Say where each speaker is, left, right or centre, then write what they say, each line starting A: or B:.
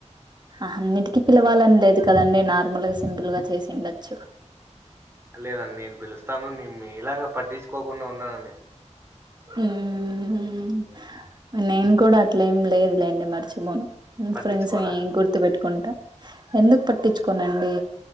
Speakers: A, on the right; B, on the right.
A: అ అన్నిటికీ పిలవాలని లేదు కదండి నార్మల్గా సింపుల్గా చేసి ఉండొచ్చు
B: లేదండి నేను పిలుస్తాను నే మీలాగా పట్టించుకోకుండా ఉండను అండి
A: మ్మ్ నేను కూడా అట్ల ఏమి లేదులేండి మర్చిపోను
B: పట్టించుకోరా
A: ఫ్రెండ్స్ని గుర్తు పెట్టుకుంటా ఎందుకు పట్టించుకోనండి